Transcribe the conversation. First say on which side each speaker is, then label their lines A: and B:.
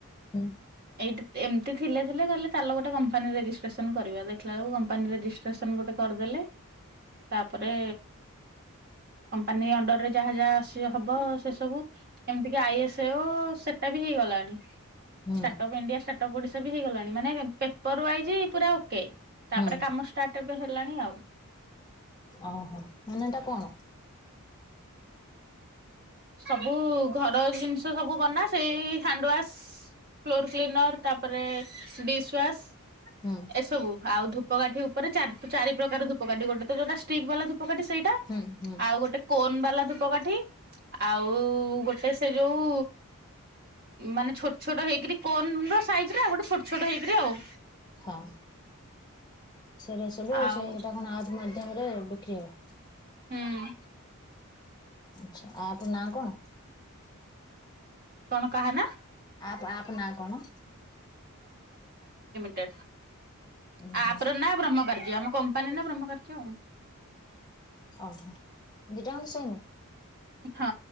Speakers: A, on the left; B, on the right.
A: ହୁଁ
B: ଏଇଟି ଏମିତି ଥିଲେ ଥିଲେ କହିଲେ ଚାଲ ଗୋଟେ କମ୍ପାନୀ ରେଜିଷ୍ଟ୍ରେସନ୍ କରିବା ଦେଖିଲା ବେଳକୁ କମ୍ପାନୀ ରେଜିଷ୍ଟ୍ରେସନ୍ ଗୋଟେ କରିଦେଲେ ତାପରେ କମ୍ପାନୀ ଅଣ୍ଡରରେ ଯାହା ଯାହା ଆସିବ ହବ ସେ ସବୁ ଏମିତି କି ଆଇ ଏସ୍ ଓ ସେଟା ବି ହେଇଗଲାଣି
A: ହୁଁ
B: ଷ୍ଟାର୍ଟ ଅପ ଇଣ୍ଡିଆ ଷ୍ଟାଟପ୍ ଗୋଡ଼େସ ଟା ବି ହେଇଗଲାଣି ମାନେ ପେପର ୱାଇଜି ପୁରା ଓକେ। ତାପରେ
A: ହୁଁ
B: କାମ ଷ୍ଟାର୍ଟ ଏବେ ହେଲାଣି ଆଉ
A: ଓହୋ ମାନେ ଏଟା କଣ?
B: ସବୁ ଘର ଜିନିଷ ସବୁ ବନା ସେଇ ହ୍ୟାଣ୍ଡୱାସ୍ ଫ୍ଲୋର ଫ୍ଲିନର ତାପରେ ଦିସ୍ୱାସ୍
A: ହୁଁ
B: ଏସବୁ ଆଉ ଧୁ ଧୂପକାଠି ଉପରେ ଚାର୍ ପ ଚାରିପ୍ରକାର ଧୂପକାଠି ଗୋଟେ ତ ଯୋଉଟା ଷ୍ଟିକ୍ ବାଲା ଧୁ ଧୂପକାଠି ସେଇଟା
A: ହୁଁ ହୁଁ
B: ଆଉ ଗୋଟେ କୋନ ବାଲା ଧୂ ଧୂପ କାଠି ଆଉ ଗୋଟେ ସେ ଯୋଉ ମାନେ ଛୋଟ ଛୋଟ ହେଇକିରି କୋନର ସାଇଜର ଆଉ ଗୋଟେ ଛୋଟ ଛୋଟ ହେଇକିରି ଆଉ।
A: ହଁ ସେଇରା ସବୁ
B: ଆଉ
A: ସେଇଟା କଣ ଆପ ମାଧ୍ୟମରେ ବିକ୍ରି ହବ?
B: ହୁଁ
A: ଆଚ୍ଛା ଆପ୍ ନାଁ କଣ?
B: କଣ କାହା ନାଁ?
A: ଆପ୍ ଆପ୍ ନାଁ କଣ?
B: ଟା
A: ଉୁଁ
B: ଆପ୍
A: ହୁଁ
B: ର ନାଁ ବ୍ରହ୍ମକାର୍ଯ୍ୟ। କମ୍ପାନୀ ନାଁ ବ୍ରହ୍ମକାର୍ଯ୍ୟ ଆଉ।
A: ଅ ହ ଦିଇଟାଙ୍କ ସେମ୍?
B: ହଁ